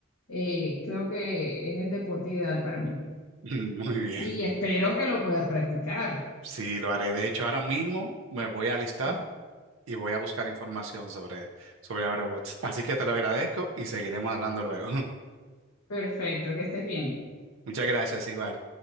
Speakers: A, on the left; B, on the right.
A: eh, creo que es el deporte ideal para mí.
B: <laughs> Muy bien.
A: Y espero que lo puedas practicar.
B: Sí, lo haré. De hecho, ahora mismo me voy a alistar
A: <laughs>
B: y voy a buscar información sobre, sobre Aerobots. Así que te lo agradezco y seguiremos hablando luego. <laughs>
A: Perfecto, que estés bien.
B: Muchas gracias, igual.